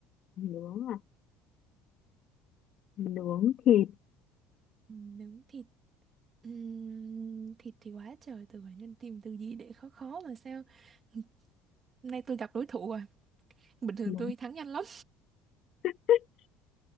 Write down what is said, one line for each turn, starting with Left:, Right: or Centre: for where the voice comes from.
Left: nướng à nướng thịt
Right: Ừ, nướng thịt Ừm, thịt thì quá trời từ bản nhân tìm từ gì để khó khó mà sao hôm nay tôi gặp đối thủ rồi bình thường
Left: nướng
Right: tôi thắng nhanh lắm
Left: <laughs>